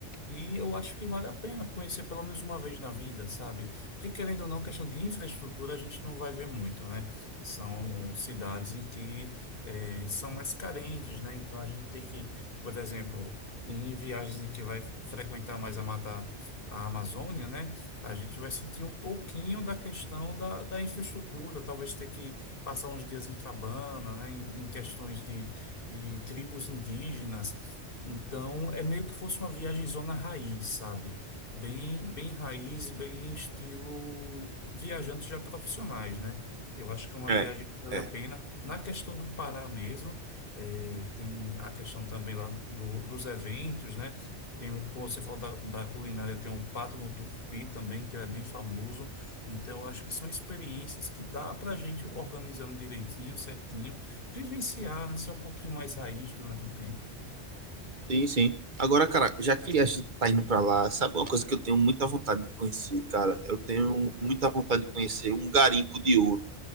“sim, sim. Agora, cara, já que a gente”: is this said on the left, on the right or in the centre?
Right